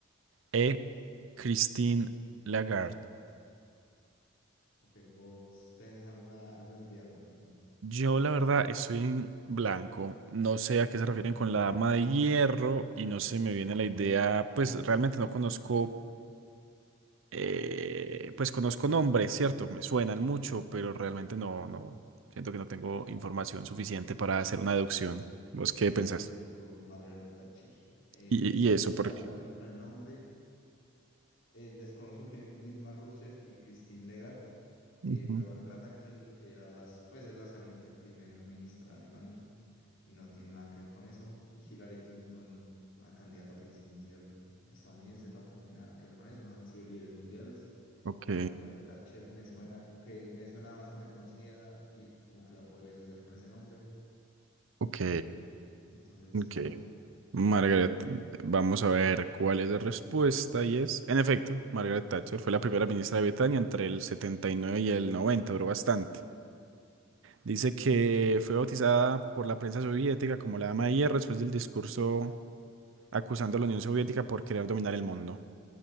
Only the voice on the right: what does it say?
E. Christine Lagarde.
Yo la verdad estoy en blanco. No sé a qué
se refieren con la dama de hierro y no se me viene la idea. Pues realmente no conozco eh, pues conozco nombres, ¿cierto? Me suenan mucho,
pero realmente no, no, siento que no tengo
información
suficiente
para
hacer una deducción. ¿Vos
qué
pensás?
Y,
y eso,
porque...
Ujú.
Ok,
ok,
ok.
Margaret, vamos a ver cuál es la respuesta y es, en efecto, Margaret Thatcher fue
la primera ministra
de Britania entre el setenta y nueve y el 90. duró bastante. Dice que fue bautizada por la prensa soviética como la Dama de Hierro después del discurso acusando a la Unión Soviética por querer dominar el mundo.